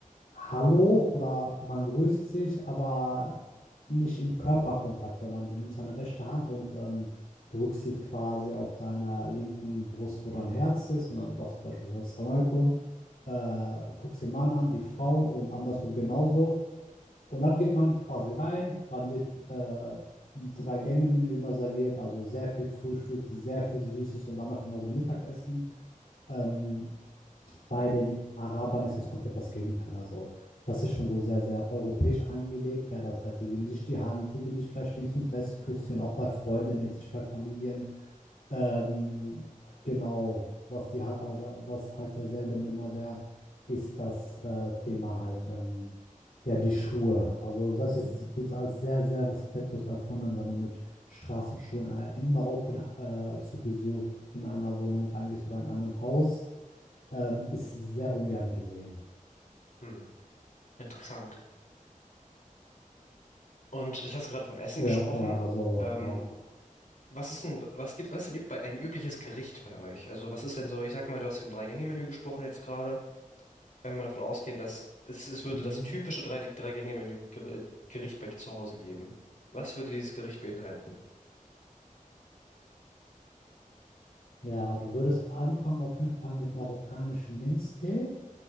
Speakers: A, on the left (about 85°); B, on the left (about 70°).
A: Hallo oder man grüßt sich, aber nicht im Körperkontakt, sondern du nimmst deine rechte Hand und ähm, drückst sie quasi auf deiner linken Brust, wo dein Herz ist, und dann sagst du beispielsweise Assalamu alaikum, äh, guckst den Mann an, die Frau und andersrum genauso. Und dann geht man quasi rein, dann wird äh, ein Drei-Gänge-Menü immer serviert, also sehr viel Frühstück, sehr viel Süßes und danach immer so Mittagessen. Ähm, bei den Arabern ist das komplett das Gegenteil. Also, das ist schon so sehr, sehr europäisch angelegt. Ja, das heißt, sie geben sich die Hand, sie geben sich vielleicht links und rechts Küsschen, auch bei Freunden, jetzt nicht bei Familien. Ähm, genau, was die halt, also, was halt derselbe Nenner wäre, ist das äh, Thema halt, ähm, ja, die Schuhe. Also, das ist, wird als sehr, sehr respektlos erfunden, wenn du mit Straßenschuhen äh, in Marokko äh, zu Besuch in einer Wohnung reingehst oder in einem Haus. Ähm, ist sehr ungern gesehen.
B: Hm, interessant. Und jetzt hast du gerade vom Essen
A: Ja,
B: gesprochen.
A: ja, also
B: Ähm,
A: Marokko.
B: was ist denn, was gibt, was gibt bei ein übliches Gericht bei euch? Also was ist denn so, ich sag mal, du hast vom Drei-Gänge-Menü gesprochen jetzt gerade. Wenn wir mal davon ausgehen, dass es, es würde
A: Mhm.
B: das typische Drei- Drei-Gänge-Menü Ger- Gericht bei dir zu Hause geben. Was würde dieses Gericht beinhalten?
A: Ja, du würdest anfangen auf jeden Fall mit marokkanischem Minztee.